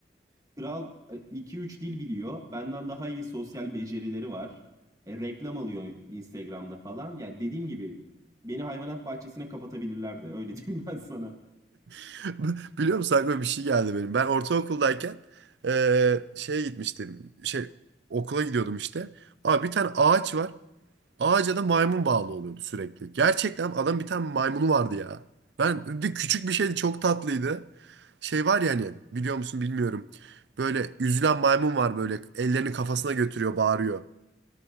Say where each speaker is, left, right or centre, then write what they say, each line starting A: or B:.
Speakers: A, on the right; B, on the right.
A: kral e, iki üç dil biliyor. Benden daha iyi sosyal becerileri var. E, reklam alıyor Instagram'da falan. Ya dediğim gibi beni hayvanat bahçesine kapatabilirlerdi. Öyle <laughs> diyeyim ben sana.
B: <laughs> Biliyor musun aklıma bir şey geldi benim. Ben ortaokuldayken eee şeye gitmiştim. Şey okula gidiyordum işte. Abi bir tane ağaç var. Ağaca da maymun bağlı oluyordu sürekli. Gerçekten adam bir tane maymunu vardı ya. Ben bir küçük bir şeydi çok tatlıydı. Şey var ya hani biliyor musun bilmiyorum. Böyle üzülen maymun var böyle ellerini kafasına götürüyor bağırıyor.